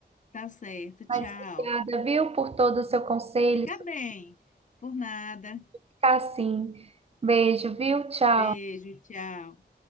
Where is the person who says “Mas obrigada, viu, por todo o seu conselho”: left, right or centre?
Right